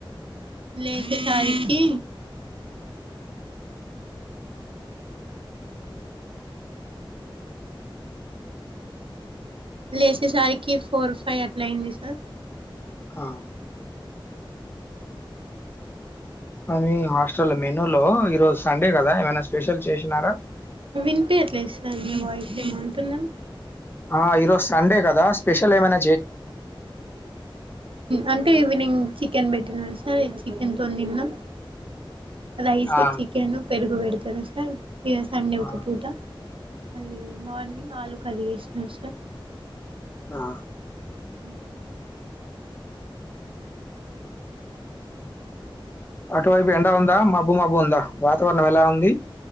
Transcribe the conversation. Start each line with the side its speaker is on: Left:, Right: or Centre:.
Right: లేశే సరికి లేసేసరికి ఫోర్ ఫైవ్ అట్లా అయింది సార్
Left: ఆ మీ హాస్టల్ మెనూ లో ఈరోజు సండే కదా ఏమైనా స్పెషల్ చేసినారా
Right: వినిపియట్లేదు సార్ మీ వాయిస్ ఎమో అంటున్నార్
Left: ఆ ఈరోజ సండే కదా స్పెషల్ ఏమైన్
Right: అంటే నింగ్ చికెన్ పెట్టినాడు సార్ చికెన్తో తిన్నాం రైస్
Left: ఆ!
Right: చికెను పెరుగు పెడతారు సార్ ఇగ సండే
Left: ఆ!
Right: ఒక పూట మళ్ళీ మార్నింగ్ ఆలూ కర్రీ చేసినారు సార్
Left: ఆ
Right: <unintelligible>
Left: అటువైపు ఎండ ఉందా మబ్బు మబ్బు ఉందా వాతావరణం ఎలా ఉంది